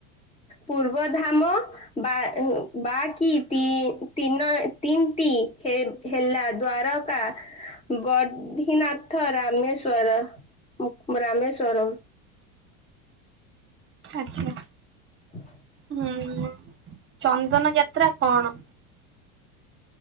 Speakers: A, on the left; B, on the right.
A: ପୂର୍ବଧାମ ବା ବା କି ତି ତିନ ତିନିଟି ହେ ହେଲା ଦ୍ୱାରକା ବଧୀନାଥ ରାମେଶର। ର ରାମେଶ୍ଵରମ୍।
B: ଆଚ୍ଛା।
A: <inaudible>
B: ହୁଁ ଚନ୍ଦନ ଯାତ୍ରା କଣ?